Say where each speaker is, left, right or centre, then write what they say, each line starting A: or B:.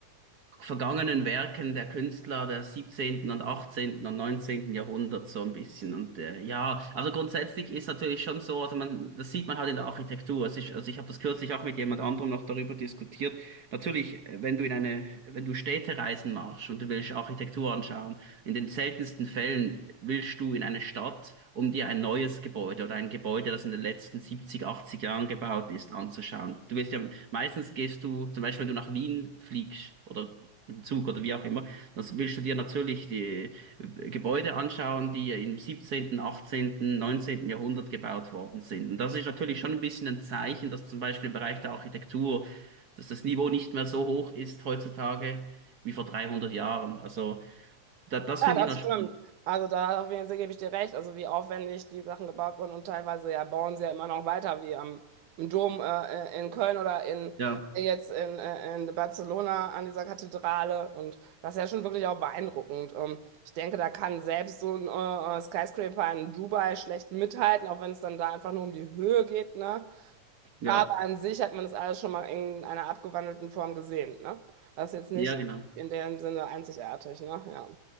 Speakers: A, on the right; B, on the right.
A: vergangenen Werken der Künstler der 17. und 18. und 19. Jahrhunderts so ein bisschen. Und äh, ja, also grundsätzlich ist natürlich schon so, also man, das sieht man halt in der Architektur. Also ich, also ich habe das kürzlich auch mit jemand anderem noch darüber diskutiert. Natürlich, äh, wenn du in eine, wenn du Städtereisen machst und du willst Architektur anschauen, in den seltensten Fällen willst du in eine Stadt, um dir ein neues Gebäude oder ein Gebäude, das in den letzten 70, 80 Jahren gebaut ist, anzuschauen. Du willst ja, meistens gehst du, zum Beispiel wenn du nach Wien fliegst oder im Zug oder wie auch immer, das willst du dir natürlich die äh, Gebäude anschauen, die ja im siebzehnten, achtzehnten, neunzehnten Jahrhundert gebaut worden sind. Und das ist natürlich schon ein bisschen ein Zeichen, dass zum Beispiel im Bereich der Architektur, dass das Niveau nicht mehr so hoch ist heutzutage wie vor 300 Jahren. Also da, das
B: Ja,
A: finde
B: das
A: ich noch
B: stimmt.
A: spannend.
B: Also da auf jeden Fall gebe ich dir recht. Also wie aufwendig die Sachen gebaut wurden und teilweise ja bauen sie ja immer noch weiter, wie am im Dom äh, äh, in Köln oder in
A: Ja,
B: jetzt in, äh, in Barcelona an dieser Kathedrale. Und das ist ja schon wirklich auch beeindruckend. Ähm, ich denke, da kann selbst so ein äh, äh, Skyscraper in Dubai schlecht mithalten, auch wenn es dann da einfach nur um die Höhe geht, ne?
A: ja,
B: Aber an sich hat man das alles schon mal in einer abgewandelten Form gesehen, ne? Das ist jetzt nicht
A: ja, genau.
B: in dem Sinne einzigartig, ne? Ja.